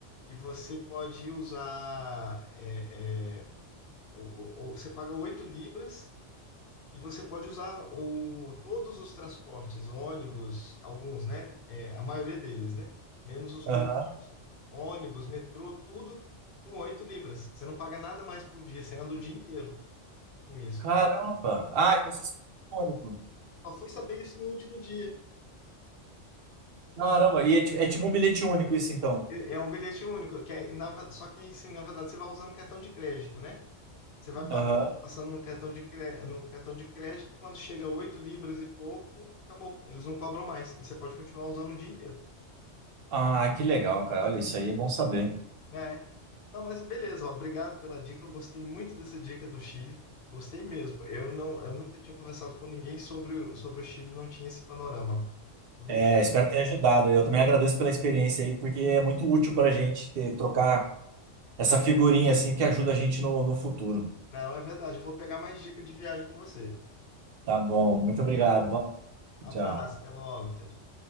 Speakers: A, on the left; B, on the right.
A: que você pode usar, é, é, o- o- o- você paga 8 libras e você pode usar o, todos os transportes, ônibus, alguns, né? É, a maioria deles, né? Menos os
B: Aham.
A: turísticos. Ônibus, metrô, tudo com 8 libras. Você não paga nada mais por dia, você anda o dia inteiro com isso.
B: Caramba! Ah, é como se fosse um único.
A: Só fui saber isso no último dia.
B: Caramba! E é, ti- é tipo um bilhete único isso, então.
A: É é um bilhete único, que é, na ve- só que assim, na verdade, você vai usando cartão de crédito, né? Você vai pagando,
B: Aham.
A: passando no cartão de, cre- no cartão de crédito, quando chega 8 libras e pouco, acabou. Eles não cobram mais. E você pode continuar usando o dia inteiro.
B: Ah, que legal, cara. Olha, isso aí é bom saber.
A: né? Não, mas beleza, ó, obrigado pela dica. Eu gostei muito dessa dica do Chile. Gostei mesmo. Eu não, eu nunca tinha conversado com ninguém sobre, o- sobre o Chile, não tinha esse panorama. Eu vou
B: É,
A: pegar...
B: espero ter ajudado. Eu também agradeço pela experiência aí, porque é muito útil para a gente ter, trocar essa figurinha assim que ajuda a gente no, no futuro.
A: Não, é verdade, eu vou pegar mais dica de viagem com você.
B: Tá bom, muito
A: Tá
B: obrigado.
A: joia?
B: Bom,
A: Abraço,
B: tchau.
A: até logo. Tchau, tchau.